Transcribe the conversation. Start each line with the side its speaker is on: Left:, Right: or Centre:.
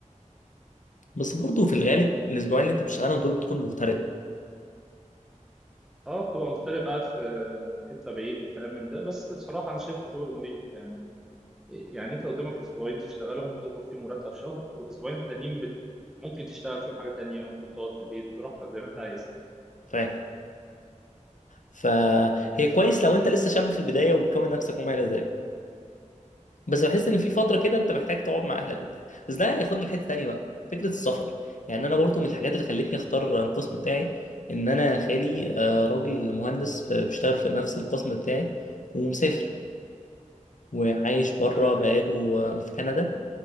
Left: بس برضه في الغالب الاسبوعين اللي انت بتشتغلهم دول بتكون مغترب
Centre: اه بتبقى مغترب قاعد في حته بعيد وكلام من ده بس بصراحه انا شايفه شغل مريح يعني يعني انت قدامك اسبوعين تشتغلهم تقبض فيهم مرتب شهر والاسبوعين التانيين بت... ممكن تشتغل فيهم حاجه تانية ممكن تقعد في البيت براحتك زي ما انت عايز
Left: فاهم فهي
Centre: فحسيت
Left: كويس
Centre: حاجه كويسه
Left: لو انت لسه شاب في البدايه وبتكون نفسك وما الى ذلك بس بحس
Centre: امم
Left: ان في فتره كده انت محتاج تقعد مع اهلك وبتاع بس ده ياخدنا لحته تانيه بقى فكره السفر يعني انا برضه من الحاجات اللي خلتني اختار القسم بتاعي ان انا خالي آه، راجل مهندس ف- بيشتغل في نفس القسم بتاعي ومسافر وعايش بره
Centre: شغال
Left: بقاله آه، في كندا